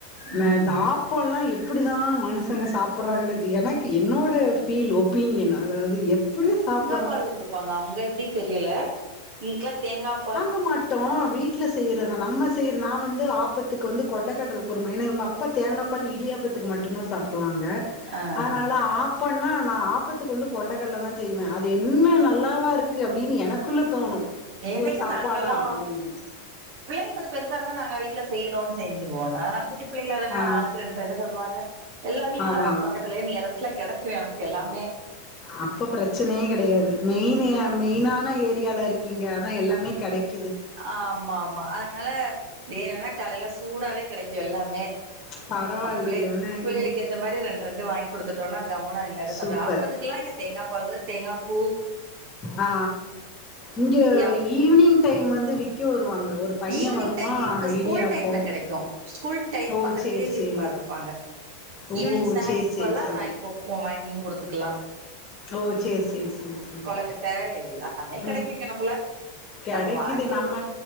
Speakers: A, on the left; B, on the right.
A: மேந்தாப்
B: ம்
A: இப்போல்லா எப்புடிதா மனுஷங்க சாப்புட்றாங்கன்னே தெரிய எனக்கு என்னோட ஃபீல் ஒப்பீனியன் அதாவது எப்புடியோ சாப்
B: ப்பால் குடுப்பாங்க அவுங்க எப்டி தெரியல இதுக்குல்லா தேங்கா பால்
A: க்க மாட்டோ வீட்ல செய்யுறதா நம்ம செய்யற நா வந்து ஆப்பத்துக்கு வந்து கொண்டைக்கடல குருமா ஏன்னா இவுங்க அப் அப்பா தேங்கா பால் இடியாப்பத்துக்கு மட்டுந்தா சாப்புடுவாங்க ங்க
B: ஆ
A: அதுனால
B: ஆ
A: ஆப்போன்னா நா ஆப்பத்துக்கு வந்து கொண்டைக்கல்ல தா செய்வே அது என்ன நல்லாவா இருக்கு அப்புடின் எனக்குள்ள தோணு இது
B: எனக்கு
A: ஒரு சாப்பாடா
B: நாங்கல்லா
A: அப்டின்னு
B: புள்ளைங்க கொஞ்ச பெருஸ் சார் தா நாங்க வீட்ல செய்யணுன் செஞ்சுருவோ நா குட்டிப்புள்ளைகளா தான
A: ஆ
B: ஆளுக்கு ரெண்டு ரெண்டு சாப்புடுவாங்க எல்லாமே இங்க
A: அதா அதா
B: பக்கத்துலயே நியரெஸ்ட்ல கெடைக்கு எனக்கு எல்லாமே
A: அப்ப ப்ரச்சனயே கெடையாது மெயின் ஆ மெயினான ஏரியால இருக்கீங்க அதா எல்லாமே கெடைக்கு
B: ஆமா ஆமா அதுனால வேணுன்னா காலையில சூடாவே கெடைக்கு எல்லாமே
A: பரவாயில்லல்லன்னா
B: அப்புலேல் புள்ளைகளுக்
A: இங்க
B: ஏத்த மாரி ரெண்டு ரெண்டு வாங்கி குடுத்துட்டோனா கம்முனா அவங்களாட்ட
A: சூப்பர்
B: சாப்ட்ரு ஆப்பத்துக்குல்லா இங்க தேங்கா பால் தா தேங்காப்பூ
A: ஆ இங்க
B: ஆப்
A: ஈவ்னிங் டைம் வந்து விக்க வருவாங்க ஒரு பைய
B: ஈவ்னிங்
A: வருவா
B: டைம் இப்ப ஸ்கூல்
A: இடியாப்போ
B: டைம்ல கெடைக்கு ஸ்கூல் டை
A: ஓ
B: பக்கத்துலயே
A: சேரி
B: வெப்பார்
A: சேரி
B: வெப்பாங்க
A: ஓ
B: ஈவ்னிங் ஸ்நாக்ஸ்க்கு
A: சேரி சேரி
B: பதுலா
A: சேரி
B: இத வாங்கோங் ஒர வாங்கியு குடுத்துக்லா
A: ஓ சேரி சேரி சேரி சேரி
B: கொழுக்கட்ட எல்லாமே கெடைக்கு
A: ம்
B: இகுனக்குள்ள
A: கெடைக்குது
B: நம்பஜவாங்கி குடுக்கு
A: நம்ம